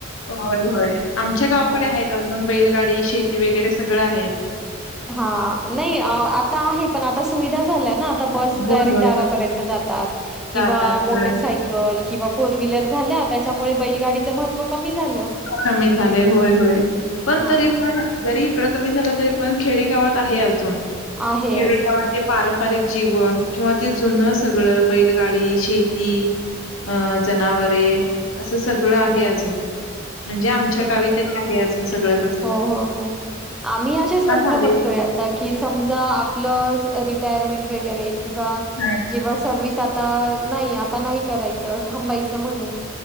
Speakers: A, on the left; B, in the centre.
A: होय होय आमच्या गावाकडे
B: हो.
A: आहेत अजून, बैलगाडी शेती वगैरे सगळं आहेत.
B: हां नाही अं आता आहे पण आता सुविधा झाल्या ना? आता बस
A: होय,
B: डायरेक्ट
A: होय.
B: दारापर्यंत जातात, किंवा
A: जातात. होय.
B: मोटरसायकल, किंवा फोर व्हीलर झाल्या त्या च्यामुळे बैलगाडीचं महत्त्व कमी झालं.
A: कमी झालंय होय होय. पण
B: हां,
A: तरी पण जरी इकडं कमी झालं तरी पण खेडे गावात आहे अजून
B: आहे
A: खेडेगावात
B: अजून
A: ते पारं पारिक जीवन किंवा ते जुनं सगळं बैलगाडी, शेती अ जनावरे असं सगळं आहे अजून. म्हणजे आमच्या
B: तर
A: गावी तरी आहे अजून सगळं तसं
B: हो हो हो आम्ही अशी स्वप्न
A: झाले
B: बघतोय आता की समजा आपलं रिटायरमेंट वगैरे किंवा
A: हा.
B: जेव्हा सर्विस आ आ नाही आता नाही करायचं थांबायचं म्हणून